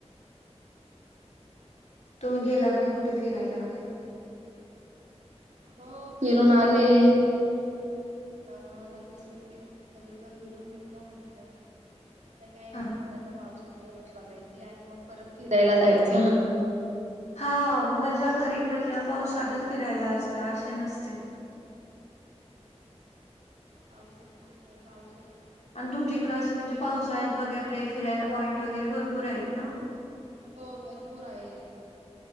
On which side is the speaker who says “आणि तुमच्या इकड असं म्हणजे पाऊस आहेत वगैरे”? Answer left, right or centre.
Left